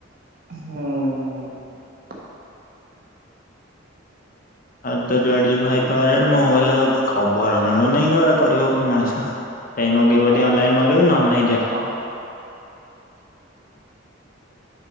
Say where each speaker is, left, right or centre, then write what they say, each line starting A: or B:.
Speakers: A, on the right; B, on the left.
A: ହୁଁ।
B: ଆଉ ତ ଯୁଆଡେ ଯିବୁ ହାଇ ପାୱରେଡ ମୋ ମୋବାଇଲରେ ତ କଭର ମିଳୁନି ସ ଆ କରିବ କ ମଣିଷ। କାଇଁ ମଗେଇବୁ ଯଦି
A: ଆଉ
B: ଅନଲାଇନ ମଗେଇବୁ ନହେଲେ ନାଇ ଯା।
A: କଣ